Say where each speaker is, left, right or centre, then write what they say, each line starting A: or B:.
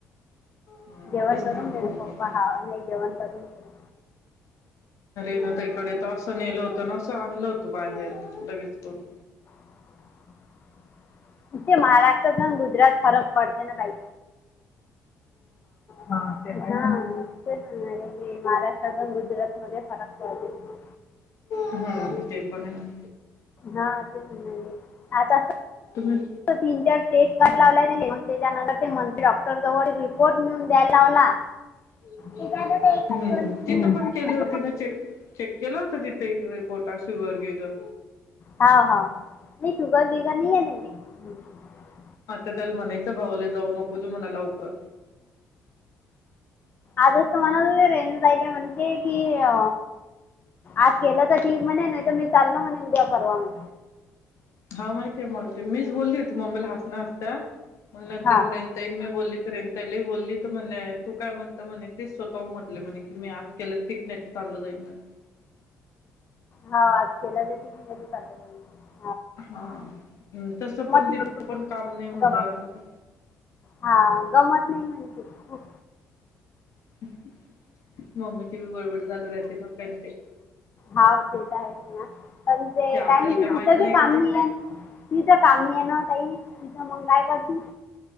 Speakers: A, on the left (about 70°); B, on the left (about 35°).
A: हम्म
B: जेवण
A: तेच
B: करून
A: म्हटलं
B: गेले पप्पा
A: खाऊन
B: हा नाही जेवण करून गेले.
A: इकडे तर असं नेल होतं ना असं आणलं होतं बाहेर लगेच करून.
B: <inaudible> ते महाराष्ट्रात ना गुजरात फरक पडते ना काही हा ते म्हणाले महाराष्ट्रात आणि गुज रातमध्ये फरक पडतो.
A: हम ते पण आहे.
B: हा आता त
A: तुम्ही
B: तीन चार टेस् कार लावलाय त्याने म त्याच्यानंतर ते मंत्री डॉक्टर जवळ रिपोर्ट नेऊन द्यायला लावला.
A: हम्म
B: त्याच्यात आता एक दोन तीन
A: तिथं
B: हजार
A: पण केले होती ना चेक. चेक केला होता तिथे रिपोर्टात शुगर बिगर.
B: हा हा नाही शुगर बिगर नाही आहे हम्
A: आता त्याला म्हनायच भाऊले जाऊ नको देऊ मणा लवकर
B: आजच तुमाला रेंज जायले म्हणते कि अ आज केलं तर ठीक म्हणे नाही तर मी चाल्लो म्हणे उद्या परवा म्हण
A: हा माहितीय आहे माहतीय मीच बोलली होती मम्मीला हसण्या हसता मग नंतर
B: हा
A: म्हणेल ताईनं बोल्ली तर रें ताईला बोल्लीत म्हणेल तू काय म्हणत म्हणे ती स्वतःहून म्हटलं म्हणे की मी आज केलं <unintelligible> चाललं जाईल म्हणे
B: हा आज केला <unintelligible>
A: हा हम तसं पण
B: नाही
A: तिथं पण काम नाही म्हटल्यावर
B: गम
A: मग काय.
B: हा गमत नाही म्हणते खूप
A: <inaudible> तीची बी बडबड झालू राहते ना काही ना काही
B: हा ते तर आहेच ना पण ते
A: आपल्याला
B: काय म्हणजे तिथं
A: माहित नाही
B: बी
A: का
B: काम नाहीयं.
A: ते
B: तिचं काम नाही आहे ना काई तिचं मग काय करती